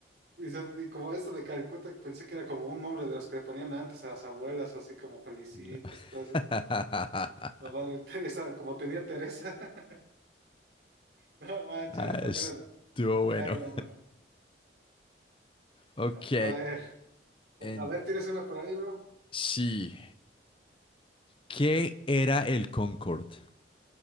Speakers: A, on the right; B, on the left.
A: y, so- y como eso de Calcuta, pensé que era como un nombre de los que le ponían antes a las abuelas, así como Felicitas
B: No.
A: y todo eso.
B: <laughs>
A: La madre <laughs> Teresa, como tenía Teresa. <laughs> No manches,
B: Ah,
A: hasta apenas
B: Estuvo bueno.
A: caigo, bro.
B: Ok,
A: A ver.
B: en
A: A ver, ¿tienes una por ahí, bro?
B: sí. ¿Qué era el Concorde?